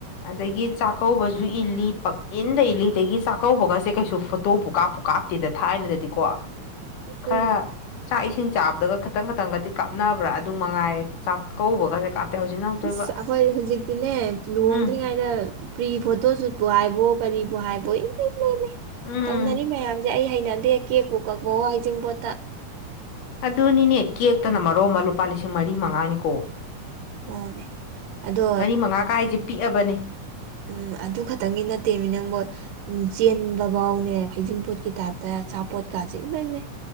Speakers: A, on the left; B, on the right.
A: ꯑꯗꯒꯤ ꯆꯥꯛꯀꯧꯕꯁꯨ ꯏꯜꯂꯤ ꯄꯪ ꯏꯟꯗ ꯏꯜꯂꯤꯗ ꯑꯗꯒꯤ ꯆꯥꯛꯀꯧꯕꯒꯁꯦ ꯀꯩꯁꯨ ꯐꯣꯇꯣꯕꯨ ꯀꯥꯞꯄꯨ ꯀꯥꯞꯇꯦꯗ ꯊꯥꯏꯅꯗꯗꯤ ꯀꯣ
B: ꯎꯝ
A: ꯈꯔ ꯆꯥꯛ ꯏꯁꯤꯡ ꯆꯥꯕꯗꯒ ꯈꯤꯇꯪ ꯈꯇꯪꯒꯗꯤ ꯀꯥꯞꯅꯕ꯭ꯔꯥ ꯑꯗꯨ ꯃꯉꯥꯏꯔꯦ ꯆꯥꯛꯀꯧꯕꯒꯁꯦ ꯍꯧꯖꯤꯛꯅ ꯑꯃꯨꯛ ꯇꯧꯏꯕ
B: ꯏꯁꯁ
A: ꯑꯁ
B: ꯑꯩꯈꯣꯏ ꯍꯧꯖꯤꯛꯇꯤꯅꯦ ꯂꯨꯍꯣꯡꯗ꯭ꯔꯤꯉꯩꯗ
A: ꯎꯝ
B: ꯄ꯭ꯔꯤ ꯐꯣꯇꯣ ꯁꯨꯠꯄꯨ ꯍꯥꯏꯕꯣ ꯀꯔꯤ ꯍꯥꯏꯕ ꯏ
A: ꯎꯝ
B: ꯇꯧꯅꯔꯤ ꯃꯌꯥꯝꯁꯦ ꯑꯩ ꯍꯩꯅꯗꯦ ꯀꯦꯛꯄꯨ ꯀꯛꯄ ꯍꯩꯖꯤꯡꯕꯣꯠꯇ
A: ꯑꯗꯨꯅꯤꯅꯦ ꯀꯦꯛꯇꯅ ꯃꯔꯣ ꯑꯃ ꯂꯨꯄꯥ ꯂꯤꯁꯤꯡ ꯃꯔꯤ ꯃꯉꯥꯅꯤꯀꯣ
B: ꯃꯥꯅꯦ ꯑꯗꯣ
A: ꯃꯔꯤ ꯃꯉꯥ ꯀꯥꯏꯁꯦ ꯄꯤꯛꯑꯕꯅꯦ
B: ꯎꯝ ꯑꯗꯨ ꯈꯛꯇꯪꯒꯤ ꯅꯠꯇꯦ ꯃꯤ ꯅꯪꯝꯕꯣ ꯎ ꯆꯦꯟꯕ ꯐꯥꯎꯅꯦ ꯐꯩꯖꯤꯡꯄꯣꯠꯀꯤ ꯇꯥꯏꯞꯇ ꯑꯆꯥꯄꯣꯠꯀꯥꯁꯦ ꯏ ꯂꯩꯃꯦ